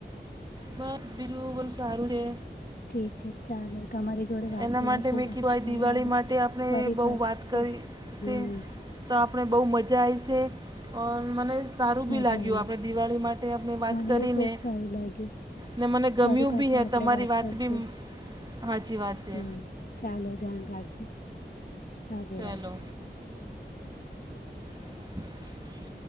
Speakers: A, on the right; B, on the left.
A: બસ બીજું બધું સારું છે.
B: ઠીક છે ચાલો. તમારી જોડે વાત
A: એના
B: કરીને
A: માટે
B: ખુબ
A: મેં
B: આનંદ
A: કીધું આ
B: થયો
A: દિવાળી
B: મને
A: માટે આપણે
B: ફરી
A: બહુ
B: પાત
A: વાત
B: છું.
A: કરી
B: હમ
A: તે તો આપણે બહુ મજા આવીશે મને સારું બી
B: મજા
A: લાગ્યું
B: આવી
A: આપણે દિવાળી મા માટે અમે વાત
B: મને
A: કરીને
B: બી ખુબ સારું લાગ્યું
A: ને મને ગમ્યું
B: ફરી પાછા
A: બી હે
B: આપડે
A: તમારી વાત
B: કરશું
A: બી હાચી વાત છે.
B: હા ચાલો ધ્યાન રાખજો રાધે રાધે.
A: ચલો <inaudible>